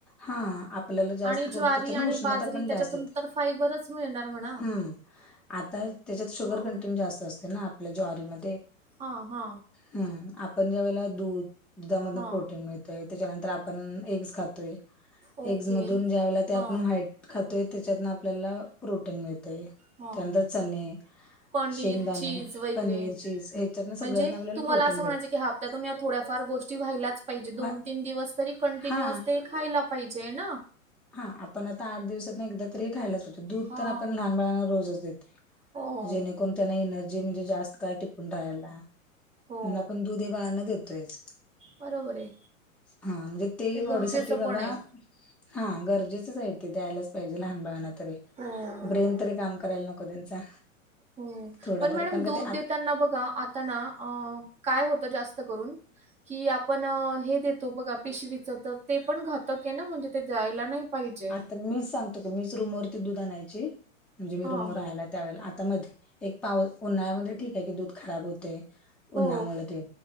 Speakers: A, in the centre; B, on the right (about 15°).
A: हा आपल्याला जास्त
B: आणि
A: करून
B: ज्वारी
A: त्याच्यान
B: आणि
A: उष्णता
B: बाजरी
A: पण जास्त
B: त्याच्यातून
A: होते
B: तर फायबरच मिळणार म्हणा.
A: हम्म आता त्याच्यात शुगर
B: हा
A: कंटेंट जास्त असते ना आपल्या ज्वारीमध्ये
B: हा, हा
A: हम्म आपण ज्या वेळेला दूध दुधा मधन
B: हा
A: प्रोटीन मिळत त्याच्यानंतर आपण एग्स खातोय
B: ओके
A: एग्स मधून ज्या वेळेला ते आपण
B: हा
A: व्हाईट खातोय त्याच्यातन आपल्याला प्रोटीन मिळतय
B: हा
A: त्यानंतर चणे
B: पनीर
A: शेंगदाणे,
B: चीज वगैरे
A: पनीर, चीज ह्याच्यात न
B: म्हणजे
A: सगळ्यात आपल्याला
B: तुम्हाला
A: प्रोटीन
B: असं
A: भेट
B: म्हणायचं हप्त्यातून या थोड्या फार गोष्टी व्हायलाच पाहिजे दोन,
A: व्हा
B: तीन दिवस तरी कंटिन्युअस
A: हा.
B: ते खायला पाहिजे ना
A: हा आपण आता आठ दिवसात ना एकदा तरी खायलाच वाटत दूध
B: हा
A: तर आपण लहान बाळांना रोजच देतो
B: हो
A: जेणेकरून त्यांना एनर्जी म्हणजे जास्त काय टिकून राहायला
B: हो
A: अन आपण दूध हे बाळांना देतोयच
B: बरोबर आहे
A: हा म्हणजे ते
B: गरजेचं
A: बॉडी साठी
B: पण
A: बाबा
B: आहे
A: हा गरजेचच आहे ते द्यायलाच पाहिजे लहान बाळांना तरी
B: हो
A: ब्रेन तरी काम करायला नको त्यांचा
B: हो
A: थोडाफार
B: पण मॅडम
A: कारण का
B: दूध
A: ते
B: देताना बघा आता ना काय होतं जास्त करून कि आपण हे देतो बघा पिशवीच तर ते पण घात त क ना म्हणजे ते द्यायला नाही पाहिजे
A: तर मीच सांगतो क मीच रूम वरती दूध आणायची म्हणजे मी
B: हां.
A: रूमवरर राहायला त्यावेळेला आता मध्ये एक पाव उन्हाळ्यामध्ये ठीक आहे की दूध खराब होतय
B: हो.
A: उन्हामुळे ते